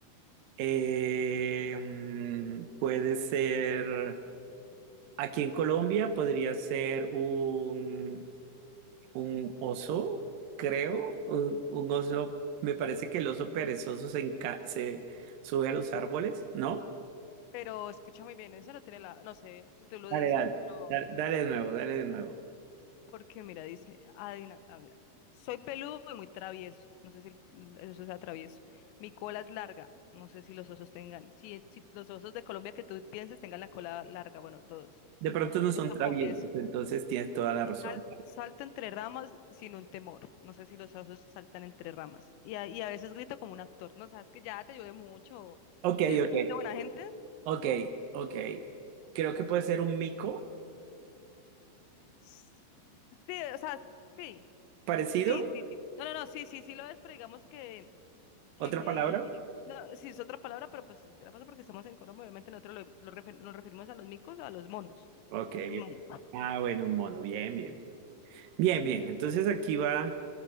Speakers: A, on the right; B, on the left.
A: Eh, mm, puede ser, aquí en Colombia podría ser un, un oso, creo, un, un oso, me parece que el oso perezoso se, enca- se sube a los árboles, ¿no?
B: Pero escucha muy bien, eso no tiene la... No sé si tú lo
A: Dale,
B: dices,
A: dale,
B: pero...
A: dale, dale de nuevo, dale de nuevo.
B: Porque mira, dice... adivina- ah, mira. Soy peludo y muy travieso. No sé si el- el oso sea travieso. Mi cola es larga. No sé si los osos tengan... Si, si los osos de Colombia que tú pienses tengan la cola larga. Bueno, todos.
A: De pronto no son
B: Eso
A: traviesos,
B: confieso.
A: entonces tienes toda la razón.
B: Sal- salto entre ramas sin un temor. No sé si los osos saltan entre ramas. Y a, y a veces grito como un actor. No, sabes que ya te ayudé mucho.
A: Ok,
B: Si es como
A: ok,
B: de buena gente.
A: ok, ok. Creo que puede ser un mico
B: Sí, o sea, sí,
A: parecido,
B: sí, sí. sí. No, no, no, sí, sí, sí lo es, pero digamos que, que
A: otra palabra.
B: no, sí es otra palabra, pero pues si te la paso porque estamos en Colombia, obviamente nosotros lo, lo refer- nos referimos a los micos o a los monos.
A: Ok.
B: Esos monos.
A: Ah, bueno, un mono, bien, bien, bien. Bien, bien, entonces aquí va,